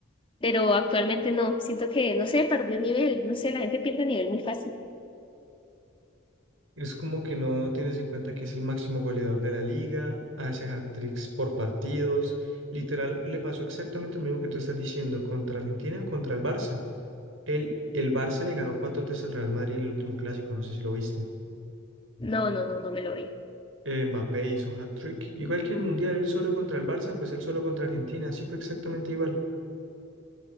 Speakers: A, on the left; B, on the right.
A: pero actualmente no. Siento que, no sé, perdió nivel, no sé, la gente pierde nivel muy fácil.
B: Es como que no tienes en cuenta que es el máximo goleador de la liga, hace hat-tricks por partidos. Literal, le pasó exactamente lo mismo que tú estás diciendo contra Argentina, contra el Barça. El, el Barça le ganó cuatro 3 al Real Madrid en el último clásico, no sé si lo viste.
A: No, no, no, no me lo doy.
B: Eh, Mbappé hizo hat-trick. Igual que en el Mundial, él solo contra el Barça, pues él solo contra Argentina. Así fue exactamente igual.